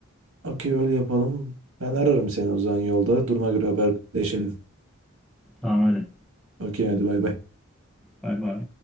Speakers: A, on the right (about 75°); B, in the centre.
A: Okey öyle yapalım. Ben ararım seni o zaman yolda. Duruma göre haberleşelim.
B: Tamam hadi.
A: Okey hadi bay bay.
B: Bay bay.